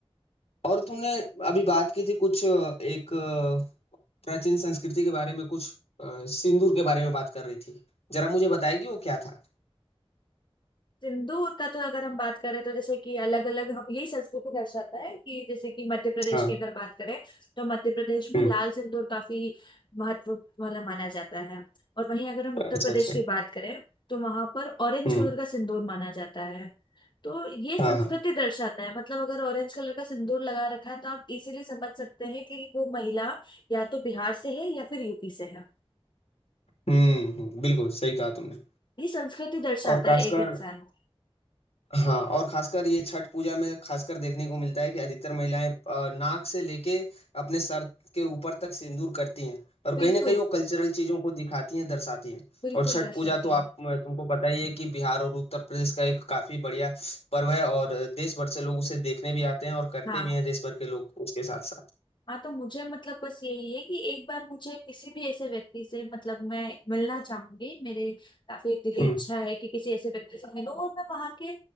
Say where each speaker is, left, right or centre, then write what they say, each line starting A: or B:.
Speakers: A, on the left; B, on the left.
A: और तूने अभी बात की थी कुछ अ, एक अ, प्राचीन संस्कृति के बारे में कुछ अ, सिंदूर के बारे में बात कर रही थी जरा मुझे बताएगी वो क्या था
B: सिंदूर का तो अगर हम बात करें तो जैसे कि अलग अलग हम यही संस्कृति दर्शाता है कि जैसे कि मध्य प्रदेश
A: हाँ
B: की अगर बात करें तो मध्य प्रदेश में
A: हम्म
B: लाल सिंदूर काफी महत्व मतलब माना जाता है और वहीं अगर हम उत्तर
A: अच्छा
B: प्रदेश
A: अच्छा
B: की बात करें तो वहां पर ऑरेंज
A: हम्म
B: कलर का सिंदूर माना जाता है तो ये संस्कृति
A: हाँ हाँ
B: दर्शाता है मतलब अगर ऑरेंज कलर का सिंदूर लगा रखा है तो आप इजीली समझ सकते हैं कि वो महिला या तो बिहार से है या फिर यूपी से है
A: हम्म हम्म, बिल्कुल सही कहा तुमने
B: ये संस्कृति दर्शाता
A: और खासकर
B: है एक इंसान
A: हाँ और खासकर ये छठ पूजा में खासकर देखने को मिलता है कि अधिकतर महिलाएं अ, नाक से लेके अपने सर के ऊपर तक सिंदूर करती हैं और
B: बिल्कुल
A: कहीं ना कहीं वो कल्चरल चीजों को दिखाती हैं दर्शाती हैं
B: बिल्कुल
A: और छठ
B: दर्शाती
A: पूजा तो
B: है
A: आप तुमको पता ही है कि बिहार और उत्तर प्रदेश का एक काफी बढ़िया पर्व है और देश भर से लोग उसे देखने भी आते हैं और करते
B: हाँ
A: भी हैं देश भर के लोग उसके साथ साथ
B: हाँ तो मुझे मतलब बस यही है कि एक बार मुझे किसी भी ऐसे व्यक्ति से मतलब मैं मिलना चाहूंगी मेरे काफी दिली
A: हम्म
B: इच्छा है कि किसी ऐसे व्यक्ति से मिलूं और मैं वहाँ के